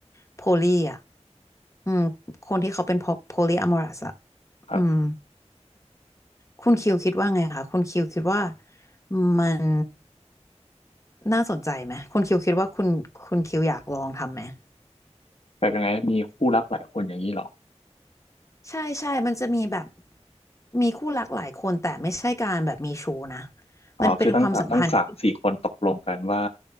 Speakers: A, on the left; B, on the left.
A: โพลีอ่ะอืมคนที่เขาเป็นโพลีอะมอรัสอ่ะ
B: ครับ
A: อืม คุณคิวคิดว่าไงคะคุณคิวคิดว่ามันน่าสนใจไหม คุณคิวคิดว่าคุณคุณคิวอยากลองทำไหม
B: แบบยังไงมีคู่รักหลายคนอย่างนี้เหรอ
A: ใช่ใช่มันจะมีแบบมีคู่รักหลายคนแต่ไม่ใช่การแบบมีชู้นะ
B: อ๋อคือตั้งตั้งสามสี่คนตกลงกันว่า
A: มันเป็นความสัมพันธ์ที่